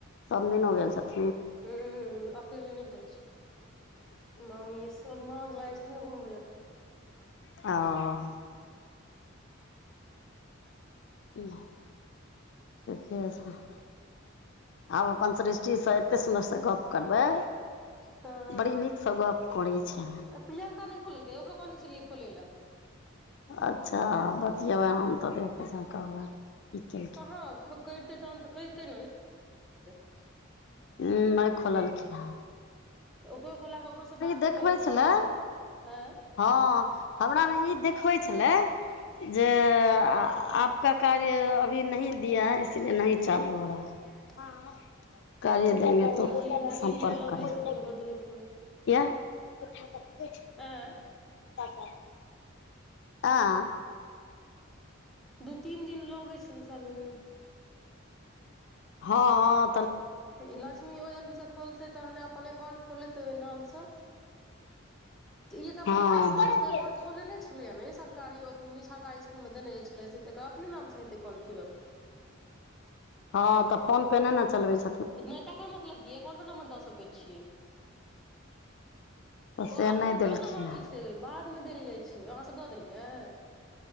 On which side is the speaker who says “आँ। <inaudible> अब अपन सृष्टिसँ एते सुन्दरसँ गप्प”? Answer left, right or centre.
Left